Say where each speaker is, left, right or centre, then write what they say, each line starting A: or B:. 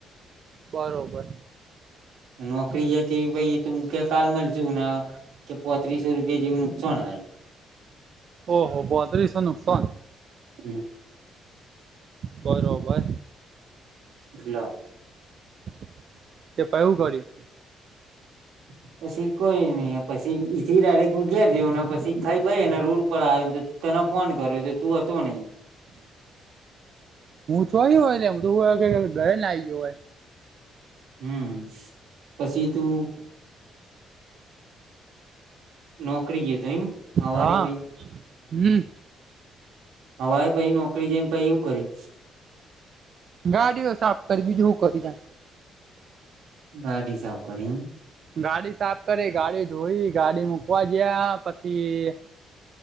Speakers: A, on the right; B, on the right.
A: બરોબર.
B: નોકરી જે ભાઈ તું કે કાલ મળશે કે પોત્રીસ. રૂપિયા જેવું નુકસાન હ.
A: હ હબ આજશો નુકસન <unintelligible>
B: હમ.
A: બરોબર.
B: કેટલા.
A: <inaudible> તે તયે હૂ કર્યું.
B: <inaudible> પછી કોઈ નહી પછી ઈથી ડાયરેક હું ઘેર જયો ને પસી ખાઈ ભાઈ ને રોડ ઉપર આયોને તો તને ફોન કર્યો તો તું હતો નહી
A: જોય હોય ને એમું ઘરે ના આવી ગય હોય.
B: હમ. પછી તું. નોકરી ગ તો એમ સવારે
A: હા
B: ભાઈ.
A: હમ
B: હવાએ પહી નોકરી જેઈન પહી હું કરી
A: ગાડીઓ સાફ કરી બીજું હું કરી જા
B: ગાડી સાફ કરી એમ
A: ગાડી સાફ કરી, ગાડી ધોઈ, ગાડી મુકવા જયા પસી